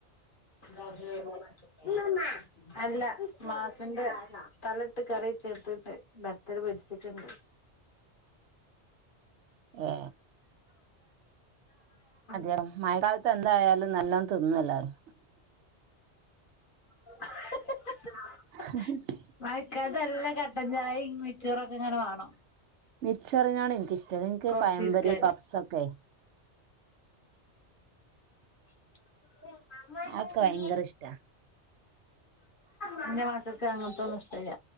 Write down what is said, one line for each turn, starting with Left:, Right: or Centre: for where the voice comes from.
Left: ന്തേക്കാന്നു? <inaudible> അല്ല, മാസിന്റെ തലട്ട് കറി ചേർത്തിട്ട് ബത്തല് പൊരിച്ചിട്ടുണ്ട്.
Right: ഏ
Left: <inaudible>
Right: <unintelligible> പ്പ എന്തായാലും നല്ലോം തിന്നല്ലാരും.
Left: <unintelligible>
Right: <unintelligible>
Left: മഴക്കാലത്ത് നല്ല കട്ടൻചായ മിച്ചോറൊക്കെ ഇങ്ങനെ മാണം
Right: മിച്ചെറിനോട് എനിക്കിഷ്ടല്ല. ഇൻക്ക്
Left: കൊറച്ചിരിക്കാന്
Right: പയമ്പരി പപ്പ്സൊക്കെ
Left: <inaudible> <inaudible>
Right: അതൊക്കെ ഭയങ്കര ഇഷ്ടാ
Left: ഇന്റെ മക്കൾക്ക് അങ്ങൻത്തൊന്നുംഇഷ്ടല്ല.